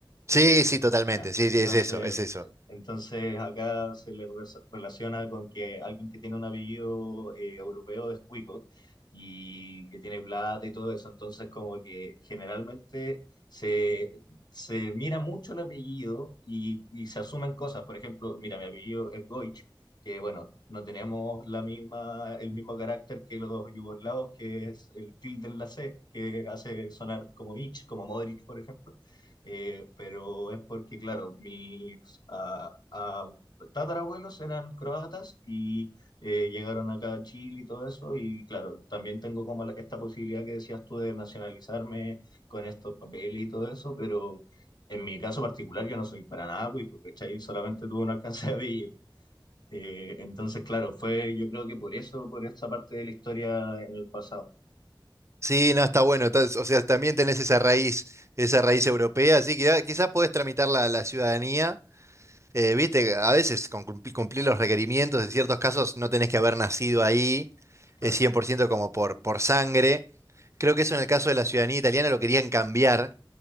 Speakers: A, on the right; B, on the left.
A: Sí, sí, totalmente,
B: Ya,
A: sí,
B: entonces,
A: sí, es eso, es eso.
B: entonces acá se le re- relaciona con que alguien que tiene un apellido eh, europeo es cuico y que tiene plata y todo eso, entonces como que generalmente se, se mira mucho el apellido y, y se asumen cosas, por ejemplo, mira, mi apellido es Goich, que bueno, no tenemos la misma, el mismo carácter que los yugoslavos, que es el tilde en la C, que hace sonar como Ich, como Modric, por ejemplo eh, pero es porque, claro, mis ah, ah, tatarabuelos eran croatas y eh, llegaron acá a Chile y todo eso, y claro, también tengo como la- esta posibilidad que decías tú de nacionalizarme con estos papeles y todo eso, pero en mi caso particular yo no soy para nada cuico, ¿cachai? Solamente tuve un alcance de apellido. Eh, entonces, claro, fue yo creo que por eso, por esta parte de la historia en el pasado,
A: Sí, no, está bueno, estás- o sea, también tenés esa raíz, esa raíz europea, así que quizás podés tramitar la la ciudadanía. Eh, viste, a veces con cumpli- cumplir los requerimientos, en ciertos casos no tenés que haber nacido ahí,
B: claro.
A: es 100% como por, por sangre. Creo que eso en el caso de la ciudadanía italiana lo querían cambiar.